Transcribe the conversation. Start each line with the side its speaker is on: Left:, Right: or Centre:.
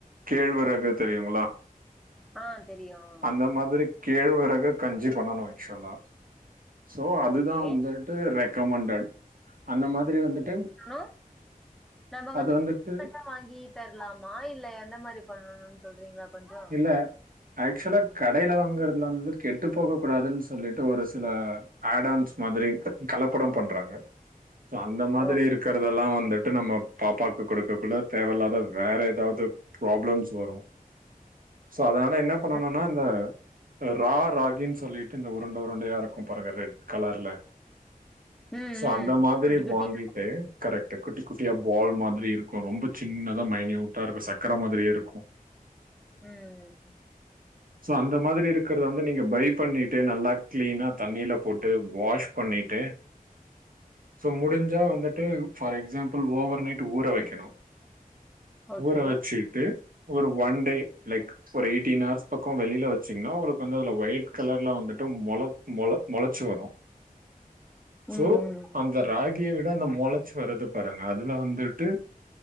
Right: கேழ்வரகு தெரியுங்களா
Centre: ஆ தெரியும்.
Right: அந்த மாதிரி கேழ்வறகு கஞ்சி பண்ணணு ஆக்சுவலா சோ அதுதா
Centre: ஓகே.
Right: வந்துட்டு ரெக்கமண்டட் அந்த மாதிரி வந்துட்டு
Centre: அ நம்ம வந்து
Right: அது வந்துட்டு
Centre: <inaudible> வாங்கி தரலாமா இல்ல எந்த மாரி பண்ணனுன் சொல்றீங்களா கொஞ்சம்?
Right: இல்ல ஆக் சுவலா கடைல வாங்குறததுல வந்து கெட்டு போக கூடாதுன் சொல்லிட்டு ஒரு சில ஆடான்ஸ் மாதிரி கலப்பட பண்றாங்க அந்த மாதிரி
Centre: ஓ!
Right: இருக்கிறதெல்லா வந்துட் டு நம்ம பாப்பாக்கு கொடுக்கக்குள்ள தேவையில்லாத வேற ஏதாவது ப்ராப்ளம்ஸ் வரு சோ அதனால என்ன பண்ணணுனா
Centre: ம்.
Right: இந்த ரா ராகின்னு சொல்லிட்டு இந்த உருண்ட உருண்டயா இருக்கு பாருங்க ரெட் கலர்ல
Centre: ம்.
Right: சோ
Centre: ம்.
Right: அந்த மாதிரி
Centre: குட்டி குட்டியா.
Right: வாங்கிட்டு கரெக்ட் குட்டி குட்டியா பால் மாதிரி இரு கோ ரொம்ப சின்னதா மைனீயுட்டா இருக்கு சக்கர மாதிரியே இருக்கு
Centre: ம்
Right: ஸோ அந்த மாதிரி இருக்குறத வந்து நீங்க பை பண்ணிட்டு நல்லா கிளீனா தண்ணில போட்டு வாஷ் பண்ணிட்டு சோ முடிஞ்சா வந்துட்டு ஃபார் எக்ஸாம்பிள் ஓவர் நைட் ஊற வக்கணு
Centre: ஓகே.
Right: ஊற வச்சுட்டு ஒரு ஒன்டே லைக் ஒரு எயிட்டீன் ஹார்ஸ் பக்கோ வெளில வெச்சீங்கனா உங்களுக்கு வந்து அதுல ஒயிட் கலர்ல வந்துட் டு மொள மொள மொளச்சு வரு சோ
Centre: ம். ம்.
Right: அந்த ராகிய வி ட அந்த மொளச்சு வருது பாருங்க அதுல வந்துட்டு